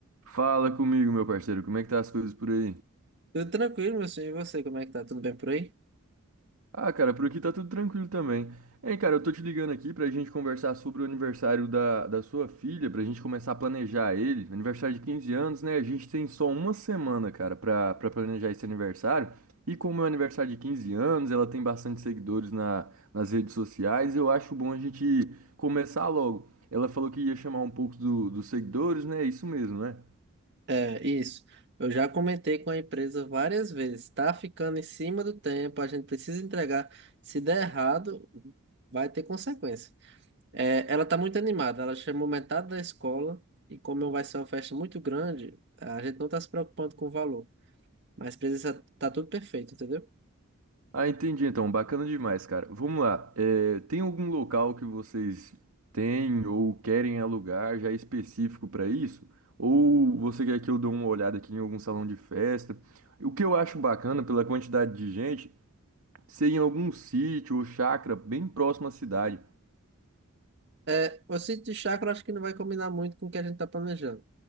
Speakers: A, on the right (about 80°); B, on the right (about 50°).
A: Fala comigo, meu parceiro, como é que tá as coisas por aí?
B: Tudo tranquilo, meu senhor. E você, como é que tá? Tudo bem por aí?
A: Ah, cara, por aqui tá tudo tranquilo também. Hein, cara, eu tô te ligando aqui pra gente conversar sobre o aniversário da, da sua filha, pra gente começar a planejar ele. Aniversário de 15 anos, né? A gente tem só uma semana, cara, pra, pra planejar esse aniversário. E como é um aniversário de 15 anos, ela tem bastante seguidores na, nas redes sociais, eu acho bom a gente começar logo. Ela falou que ia chamar um pouco do- dos seguidores, né? Isso mesmo, né?
B: É, isso. Eu já comentei com a empresa várias vezes. Tá ficando em cima do tempo, a gente precisa entregar. Se der errado, vai ter consequência. É, ela tá muito animada. Ela chamou metade da escola e como vai ser uma festa muito grande, a gente não tá se preocupando com o valor. Mas precisa tá tudo perfeito, entendeu?
A: Ah, entendi então. Bacana demais, cara. Vamos lá. É, tem algum local que vocês têm ou querem alugar já específico para isso? Ou você quer que eu dê uma olhada aqui em algum salão de festa? O que eu acho bacana pela quantidade de gente, ser em algum sítio ou chácara bem próximo à cidade.
B: É, o sítio de chácara eu acho que não vai combinar muito com o que a gente tá planejando.